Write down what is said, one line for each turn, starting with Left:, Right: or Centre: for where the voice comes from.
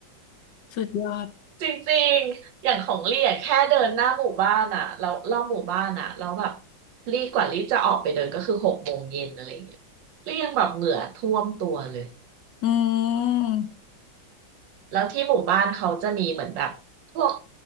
Left: สุดยอด
Right: จริงๆอย่างของลี่อะแค่เดินหน้าหมู่บ้านอ่ะเรารอบหมู่บ้านอ่ะแล้วแบบลี่กว่าลี่จะออกไปเดินก็คือหกโมงเย็นอะไรอย่างเงี้ยลี่ยังแบบเหงื่อท่วมตัวเลย
Left: อืม
Right: แล้วที่หมู่บ้านเขาจะมีเหมือนแบบพวก